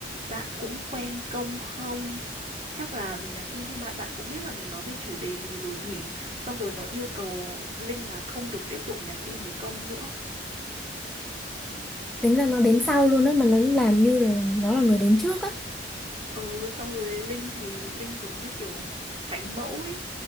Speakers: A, on the right; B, in the centre.
A: bạn cũng quen công không chắc là mình nhắn tin cho bạn bạn cũng biết là mình nói về chủ đề gì rồi nhỉ xong rồi nó yêu cầu Linh là không được tiếp tục nhắn tin với công nữa
B: tính là nó đến sau luôn á mà nó làm như là nó là người đến trước á
A: ừ xong rồi Linh thì Linh giống như kiểu thánh mẫu ấy